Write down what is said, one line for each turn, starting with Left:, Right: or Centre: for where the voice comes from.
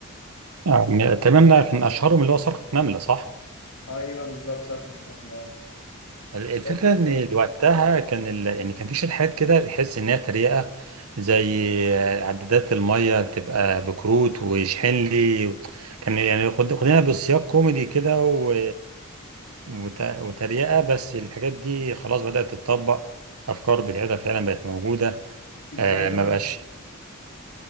Right: يعني تمام ده كان اشهرهم اللي هو صرخة نملة صح؟
Left: ايوه بالظبط صرخة نملة
Right: ال-
Left: وكان
Right: الفكرة
Left: في
Right: ان
Left: كمان
Right: وقتها
Left: فيلم.
Right: كان ال... يعني كان في شركات كده تحس ان هي تريقة زي عدادات المية تبقى بكروت واشحن لي كان يعني خد... خدنا بسياق كوميدي كده و... وت... وتريقة بس الحاجات دي خلاص بدأت تتطبق افكار بتاعتها فعلا بقت موجودة
Left: ازاي
Right: آه
Left: بقى
Right: ما بقاش